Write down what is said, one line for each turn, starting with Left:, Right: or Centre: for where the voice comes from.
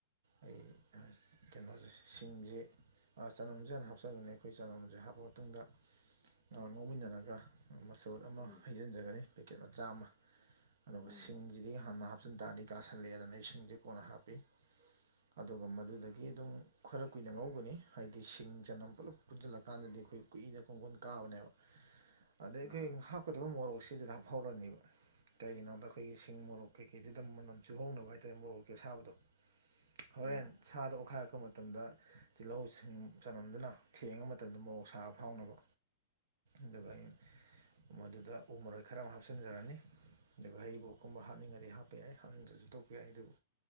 Right: ꯑꯩ ꯀꯩꯅꯣꯖꯦ ꯁꯤꯡꯖꯦ ꯑ ꯆꯅꯝꯖꯦ ꯍꯥꯟꯅ ꯍꯥꯞꯆꯒꯅꯤ ꯑꯩꯈꯣꯏ ꯆꯅꯝꯖꯦ ꯍꯥꯞꯄ ꯃꯇꯨꯡꯗ ꯑ ꯉꯧꯃꯤꯟꯅꯔꯒ ꯃꯆꯜ ꯑꯃ
Left: ꯎꯝ
Right: ꯍꯩꯖꯤꯟꯖꯒꯅꯤ ꯄꯦꯀꯦꯠ ꯃꯆꯥ ꯑꯃ ꯑꯗꯨꯒ
Left: ꯑꯥ
Right: ꯁꯤꯡꯖꯤꯗꯤ ꯍꯥꯟꯅ ꯍꯥꯞꯆꯟ ꯇꯥꯔꯗꯤ ꯀꯥꯁꯜꯂꯛꯑꯦ ꯗꯅ ꯑꯩ ꯁꯤꯡꯖꯤ ꯀꯣꯟꯅ ꯍꯥꯞꯄꯤ ꯑꯗꯨꯒ ꯃꯗꯨꯗꯒꯤ ꯑꯗꯨꯝ ꯈꯔ ꯀꯨꯏꯅ ꯉꯧꯒꯅꯤ ꯍꯥꯏꯗꯤ ꯁꯤꯡ ꯆꯅꯝ ꯄꯨꯂꯞ ꯄꯨꯟꯖꯜꯂꯀꯥꯟꯗꯗꯤ ꯈꯣꯏ ꯀꯨꯏꯅ ꯀꯣꯡꯒꯣꯟ ꯀꯥꯕꯅꯦꯕ ꯑꯗꯩꯒꯤ
Left: ꯑꯍꯥ
Right: ꯍꯥꯞꯀꯗꯕ ꯃꯣꯔꯣꯛꯁꯤ ꯑꯗꯨꯗ ꯍꯥꯞꯐꯧꯔꯅꯤꯕ ꯀꯩꯒꯤꯅꯣꯗ ꯑꯈꯣꯏꯒꯤ ꯁꯤꯡ ꯃꯣꯔꯣꯛ ꯀꯩꯀꯩꯗꯨꯗ ꯃꯅꯝ ꯆꯨꯍꯧꯅꯕ ꯍꯥꯏꯇꯥꯔꯦ ꯃꯣꯔꯣꯛ ꯀꯤ ꯑꯁꯥꯕꯗꯣ ꯍꯣꯔꯦꯟ
Left: ꯑꯥ
Right: ꯁꯥꯗꯣ ꯑꯣꯠꯈꯥꯏꯔꯛꯄ ꯃ ꯇꯝꯗ ꯇꯤꯜꯂꯧꯁꯤꯡ ꯆꯅꯝꯗꯨꯅ ꯊꯦꯡꯉ ꯃꯇꯝꯗ ꯃꯣꯔꯣꯛ ꯁꯥꯕ ꯐꯥꯎꯅꯕ ꯑꯗꯨꯒ ꯑꯩꯅ ꯃꯗꯨꯗ ꯎ ꯃꯔꯣꯏ ꯈꯔ ꯑꯃ ꯍꯥꯞꯆꯤꯟꯖꯔꯅꯤ ꯑꯗꯨꯒ ꯍꯔꯤꯕꯣꯛꯀꯨꯝꯕ ꯍꯥꯞꯅꯤꯡꯉꯗꯤ ꯍꯥꯞꯄ ꯌꯥꯏ ꯍꯥꯞꯅꯤꯡꯗ꯭ꯔꯖꯨ ꯇꯣꯛꯄ ꯌꯥꯏ ꯑꯗꯨꯕꯨ